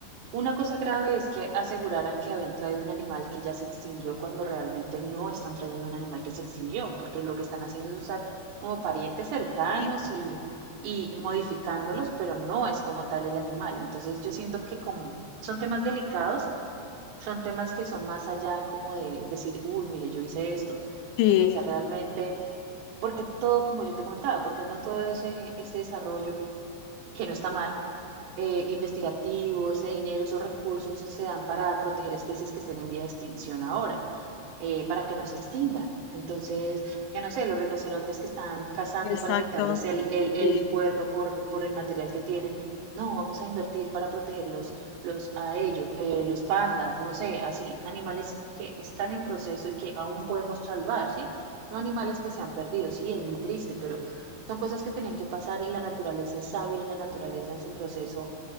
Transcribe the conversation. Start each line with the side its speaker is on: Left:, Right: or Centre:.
Right: Una cosa grave es que aseguraran que habían traído un animal que ya se extinguió cuando realmente no están trayendo un animal que se extinguió, porque lo que están haciendo es usar como parientes cercanos
Left: Sí.
Right: y, y modificándolos, pero no es como tal el animal. Entonces yo siento que como son temas delicados, son temas que son más allá como de decir, uy, mire, yo hice esto,
Left: Sí,
Right: que pensar realmente, porque todo, como yo te comentaba, porque no todo ese, ese desarrollo, que no está mal, eh, investigativo, ese dinero, esos recursos se dan para proteger especies que estén en vía de extinción ahora, eh, para que no se extingan. Entonces, que no sé, los rinocerontes que están cazando
Left: exacto.
Right: para quitarles el, el,
Left: Sí,
Right: el cuerno por, por el material que tienen. No, vamos a invertir para protegerlos los, a ello, eh, los pandas, no sé, así, animales que están en proceso y que aún podemos salvar, ¿sí? No animales que se han perdido, sí, es muy triste, pero son cosas que tenían que pasar y la naturaleza es sabia y la naturaleza en su proceso